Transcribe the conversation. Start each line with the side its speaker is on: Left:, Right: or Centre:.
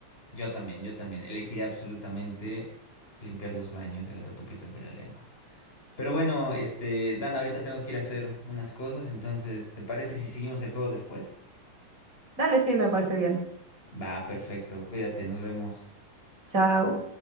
Left: yo también, yo también. Elegiría absolutamente limpiar los baños de las autopistas de la lengua. Pero bueno, este, Dan, ahorita tengo que ir a hacer unas cosas, entonces, ¿te parece si seguimos el juego después?
Right: <laughs> Dale, sí, me parece bien.
Left: Va, perfecto, cuídate, nos vemos.
Right: Chao.